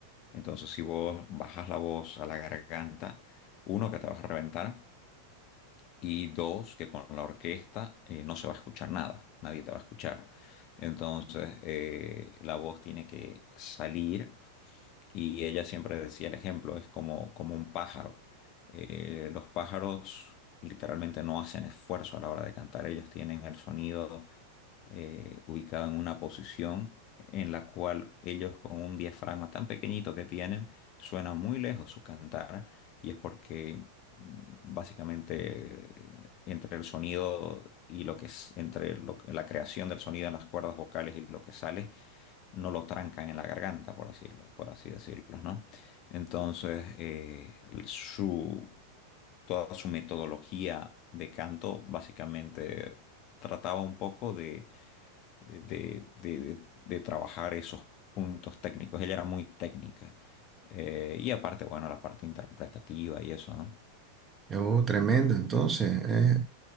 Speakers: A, on the left; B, on the right.
A: Entonces, si vos bajas la voz a la garganta, uno, que te vas a reventar, y dos, que con la orquesta eh, no se va a escuchar nada, nadie te va a escuchar. Entonces, eh, la voz tiene que salir y ella siempre decía, el ejemplo es como, como un pájaro. Eh, los pájaros literalmente no hacen esfuerzo a la hora de cantar. Ellos tienen el sonido eh, ubicado en una posición en la cual ellos con un diafragma tan pequeñito que tienen, suena muy lejos su cantar. Y es porque mm, básicamente eh, entre el sonido y lo que es, entre lo- la creación del sonido en las cuerdas vocales y lo que sale, no lo trancan en la garganta, por así, por así decirlo, ¿no? Entonces, eh, su, toda su metodología de canto básicamente trataba un poco de, eh, de, de- de- de trabajar esos puntos técnicos. Ella era muy técnica. Eh, y aparte, bueno, la parte interpretativa y eso, ¿no?
B: Oh, tremendo, entonces. eh.